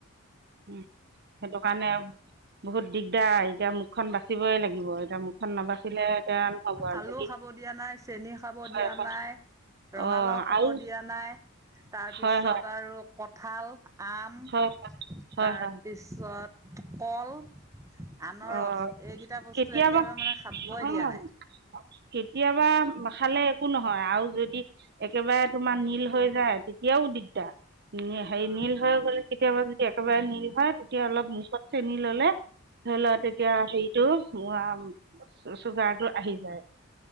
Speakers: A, on the right (about 50°); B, on the right (about 15°).
A: উম সেইটো কাৰণে বহুত দিগদাৰ এতিয়া মুখখন বাচিবই লাগ গিব এতিয়া মুখখন নাবাচিলে এতিয়া নহব আৰু
B: আলু
A: যদি
B: খাব দিয়া নাই, চেনি খাব
A: হয়
B: দিয়া
A: হয়
B: নাই, ৰঙালাও
A: অঁ
B: খবৰ
A: আৰু
B: দিয়া নাই তাৰপিছত
A: হয় হয়
B: আৰু কঁঠাল, আম,
A: হয় হয়
B: তাৰপিছত
A: হয়
B: কল আনৰস
A: অঁ
B: এইকেইটা বস্তু
A: কেতিয়াবা
B: একেবাৰে মানে খাবই
A: নহয়
B: দিয়া নাই।
A: কেতিয়াবা খালে একো নহয়, আৰু যদি একেবাৰে তোমাৰ নীল হৈ যায় তেতিয়াও দিগদাৰ। হেৰি
B: অ',
A: নীল হৈ গ'লে কেতিয়াবা যদি একেবাৰে নীল হয়, তেতিয়া অলপ মুখত চেনি ললে ধৰি লোৱা তেতিয়া হেৰিতটো চুগাৰটো আহি যায়।